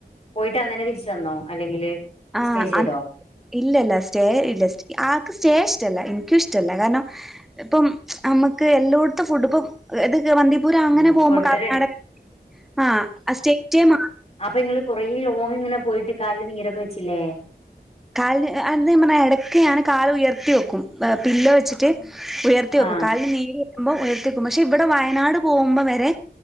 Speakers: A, on the left (about 35°); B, in the centre.
A: പോയിട്ട് അന്നന്നെ തിരിച്ചു വന്നോ അല്ലെങ്കില്
B: ആഹ്
A: സ്റ്റേ ചെയ്തോ
B: അ ഇല്ലല്ല സ്റ്റേ ഇല്ല ആക്ക് സ്റ്റേ ഇഷ്ടല്ല ഇൻക്കുഷ്ടല്ല കാരണം ഇപ്പം ങമ്മക്ക് എല്ലോട്ത്തും ഫുഡും ഇപ്പം ഇത് ക്ക്‌ വന്ദി പൂര് അങ്ങനെ
A: ഉം
B: പോമ്പോ
A: ഫുഡ്
B: കർണാടക
A: റെഡി
B: ആഹ് സ്റ്റേറ്റെ മാർ
A: അപ്പൊ ഇങ്ങള് കുറേ ലോങ് ഇങ്ങനെ പോയിട്ട് കാൽന് നീരൊക്കെ വെച്ചില്ലേ
B: കാലിന് ഏഹ് അന്ന് ഞാൻ പറഞ്ഞത് എടയ്ക്ക് ഞാന് കാല് ഉയർത്തി വെക്കും പില്ലോ വെച്ചിട്ട് ഉയർത്തി വെക്കും
A: ആഹ്
B: കാലിൽ നീര് വെക്കുമ്പോ ഉയർത്തി വെക്കും പക്ഷെ ഇവിടെ വയനാട് പോവുമ്പൊ വരെ